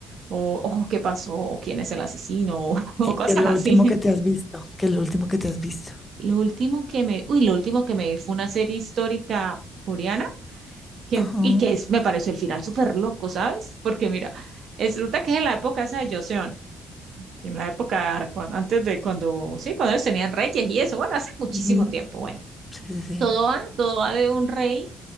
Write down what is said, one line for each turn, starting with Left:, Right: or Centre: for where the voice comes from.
Right: O, oh, ¿qué pasó? O, ¿quién es el asesino? <laughs> O,
Left: Y
Right: cosas
Left: qué es lo
Right: así.
Left: último que te has visto, que es lo último que te has visto.
Right: Lo último que me, uy, lo último que me vi fue una serie histórica coreana que,
Left: Ajá,
Right: y que es, me pareció el final súper loco, ¿sabes? Porque mira, es, resulta que es en la época esa de Joseon, en la época cuan- antes de cuando, sí, cuando ellos tenían reyes y eso, bueno, hace muchísimo
Left: ujú,
Right: tiempo, bueno,
Left: Sí, sí, sí,
Right: todo va, todo va de un rey